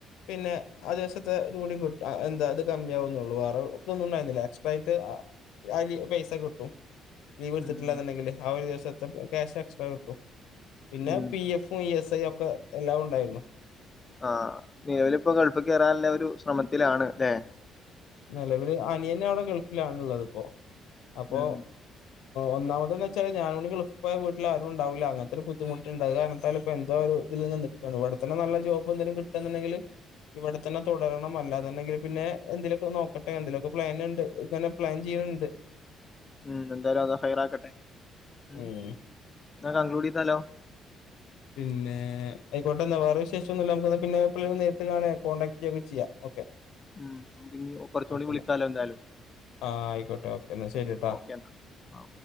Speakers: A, on the left (about 80°); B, on the left (about 30°).
A: പിന്നെ ആ ദിവസത്തെ ഇത കൂടി എന്താ അത് കമ്മിയ ആന്നള്ളൂ വേറെ ഇതൊന്നും ഉണ്ടായിരുന്നില്ല എക്സ്ട്രാ ആയിട്ട് അല പൈസ കിട്ടും ലീവ് എടുത്തിട്ടില്ല
B: ഉം
A: എന്നുണ്ടെങ്കില് ആ ഒരു ദിവസത്തെ ക്യാഷ് എക്സ്ട്രാ കിട്ടും പിന്നെ
B: ഉം
A: പി എഫും ഇ എസ് ഐ ഒക്കെ എല്ലാം ഉണ്ടായിരുന്നു
B: ആഹ നിലവൽപ്പോ ഗൾഫ് ക കേറാനുള്ള ഒരു ശ്രമത്തിലാണ് അല്ലെ
A: നിലവിൽ അനിയനെ അവിടെ ഗൾഫിലണുള്ളത് ഇപ്പോ അപ്പൊ
B: ഉം
A: ഒന്നാമത്തെ എന്താ വച്ചാ ഞാൻ ഗൾഫ പോട്ട ആു ഉണ്ടാവില്ല അങ്ങനത്തെ ബുദ്ധിമുട്ടുണ്ട് അത് കാരാണത്തല ഇപ്പോ എന്തോ ഒരു ഇതി നിന്ന് ഇവിടെത്തന്നെ നല്ല ജോബ് എന്തേലും കിട്ടന്നുണ്ടെങ്കിൽ ഇവിടെത്തന്നെ തുടരണംമല്ലാ എന്നുണ്ടെങ്കിൽ പിന്നെ എന്തേലും നോക്കട്ടെ എന്തെങ്കലുമൊക്കെ പ്ലാനൻണ്ട്ങ്ങനെ പ്ലാൻ ചെയ്യണണ്ട്
B: ഉം എന്തായാലും അള്ള ഹൈറ ക്കട്ടെ ഉ
A: ഉം
B: ഞ കൺക്ലൂഡ് ചെയ്താലോ
A: പിന്നെ ആയിക്കോട്ടെ എന്നാ വേറെ വിശേഷം ഒന്നുമ നമുക്ക് പിന്നെ എപ്പ ള്ളേയു നേരിട്ട് കാണ കോൺടാക്ട് ചെയ്യൊക്കെ ചെയ്യാം ഓക്കെ
B: ഉം നമുക്ക് ഇ ഓപ്പറച്ചൂണി
A: ഓക്കെ
B: വിളിക്കാലോ എന്തായാലും
A: ആ ആയിക്കോട്ടെ ഓക്കേ എന്നാ ശരിട്ടാ
B: ഓക്കെ എന്നാ